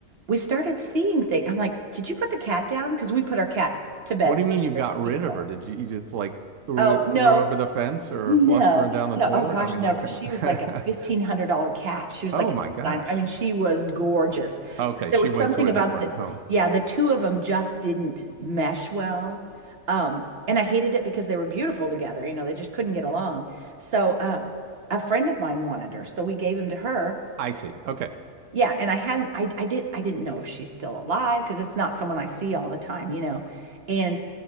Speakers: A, on the right (about 50°); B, on the right (about 70°).
A: we started seeing things. I'm like, did you put the cat down? Because we put our cat to bed
B: What do
A: so
B: you mean
A: she
B: you
A: doesn't
B: got rid
A: keep us
B: of
A: up
B: her? Did you, you just like threw
A: Oh no,
B: threw her over the fence or
A: no,
B: flushed her down the
A: no.
B: toilet?
A: Oh gosh,
B: I mean,
A: no,
B: like
A: because
B: what?
A: she was like a
B: <laughs>
A: fifteen hundred dollar cat. She was
B: Oh
A: like
B: my
A: a
B: gosh.
A: design. I mean, she was gorgeous.
B: Okay,
A: But there
B: she
A: was
B: went
A: Quite something
B: to a
A: about
B: different
A: the
B: home.
A: yeah, the two of them just didn't mesh well. Um, and I hated it because they were beautiful together. You know, they just couldn't get along. So um a friend of mine wanted her, so we gave him to her.
B: I see. Okay.
A: Yeah, and I hadn't I I did I didn't know if she's still alive because it's not someone I see all the time, you know. And